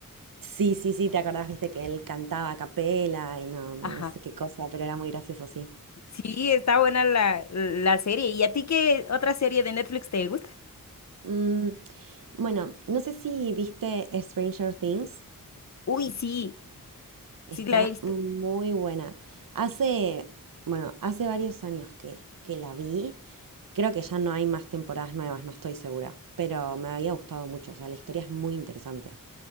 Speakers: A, on the right (about 70°); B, on the left (about 50°).
A: Sí, sí, sí, te acordás, viste que él cantaba a capela y no, no
B: Ajá.
A: sé qué cosa, pero era muy gracioso, sí.
B: Sí, está buena la, la serie. ¿Y a ti qué otra serie de Netflix te gusta?
A: Mm, bueno, no sé si viste Stranger Things.
B: Uy, sí, sí
A: Está
B: la he visto.
A: muy buena. Hace, bueno, hace varios años que, que la vi. Creo que ya no hay más temporadas nuevas, no estoy segura. Pero me había gustado mucho. O sea, la historia es muy interesante.